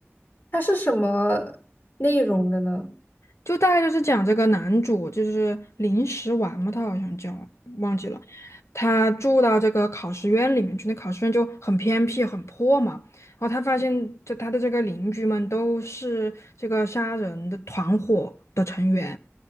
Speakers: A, on the left (about 50°); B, on the left (about 80°).
A: 它是什么内容的呢？
B: 就大概就是讲这个男主就是临时丸嘛，他好像叫忘记了，他住到这个考试院里面去，那考试院就很偏僻很破嘛，然后他发现这他的这个邻居们都是这个杀人的团伙的成员，